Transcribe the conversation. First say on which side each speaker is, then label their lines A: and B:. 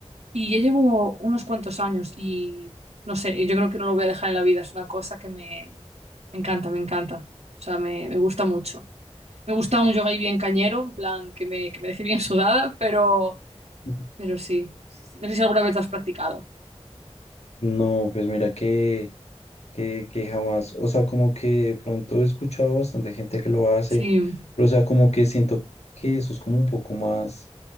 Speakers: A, on the right; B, on the left.
A: Y ya llevo unos cuantos años y no sé, yo creo que no lo voy a dejar en la vida. Es una cosa que me, me encanta, me encanta. O sea, me, me gusta mucho. Me gusta un yoga ahí bien cañero, en plan, que me, que me deje bien sudada, pero,
B: <laughs>
A: pero sí, sí, sí. No sé si alguna vez lo has practicado.
B: No, pues mira que... que, que jamás, o sea, como que de pronto he escuchado bastante gente que lo hace,
A: Sí,
B: pero o sea, como que siento que eso es como un poco más